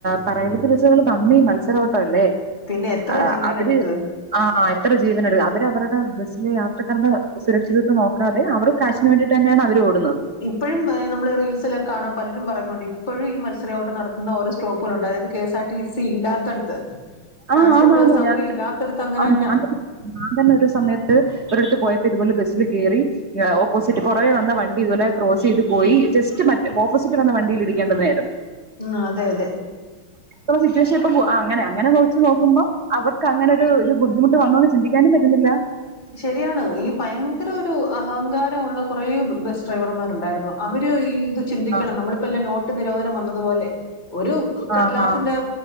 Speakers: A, on the right; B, on the left.
A: പ്രൈവറ്റ് ബസ്സുകൾ തമ്മി മത്സരോട്ടോ അല്ലേ
B: പിന്നെ എത്ര
A: ആഹ്
B: ജീവനെടുത്ത്
A: അവര് ആഹ് എത്ര ജീവന എടുക്കും അവര് അവരുടെ ബസ്സില് യാത്രക്കാരുടെ സുരക്ഷിത്വ നോക്കാതെ അവർ കാശിന് വേണ്ടിയിട്ട് തന്നെയാണ് അവര് ഓടുന്നത്
B: ഇപ്പോഴും നമ്മള റീൽസിലൊകെ കാണാ പലരും പറയുന്നുണ്ട് ഇപ്പഴും ഈ മത്സരയോട്ട് നടത്തുന്ന ഒരു സ്റ്റോപ്പുകളുണ്ട് അതായത് K S R T C ഇല്ലാത്തടത്ത്
A: ആ
B: ട്രാൻസ്പോർട്ട്
A: ആന്നാന്ന്
B: സൗകര്യം
A: ഞാൻ
B: ഇല്ലത്തടുത്ത് അങ്ങനെ
A: ആ,
B: തന്നാ
A: ഞാൻ ഞാൻ തന്നെ ഒരു സമയത്ത് ഒരിടടുത്ത് പോയപ്പോ ഇതുപോലെ ബസ്സില് കയറി ഓപ്പോസിറ്റ് പുറവേ വന്ന വണ്ടി ഇതുപലെ ക്രോസ് ചെയ്തു. പോയി ജസ്റ്റ് മറ്റ് ഓപ്പോസിറ്റ് വന്ന വണ്ടിയിൽ ഇരിക്കേണ്ടത് <unintelligible>
B: ആഹ് അതെ അതെ
A: അത്ര സിറ്റുവേഷൻ ഇപ്പ അങ്ങനെ അങ്ങനെ നോ വച്ച് നോക്കുമ്പോൾ അവർക്ക് അങ്ങനൊരു ബുദ്ധിമുട്ട്ന്നോന്ന് ചിന്തിക്കാനും പറ്റുന്നില്ല
B: ശരിയാണ് ഈ ഭയങ്കര ഒരു അഹങ്കാരള്ള കുറെേ ബസ് ഡ്രൈവർമാർണ്ടായിരുന്നു അവര് ഈ ഇത് ചിന്തിക്കണം
A: ആ
B: നമ്മളിപ്പോല്ല നോട്ട് നിരോധനം വന്നതുപോലെ ഒരു കടലാസിന്റെ
A: ആ ആ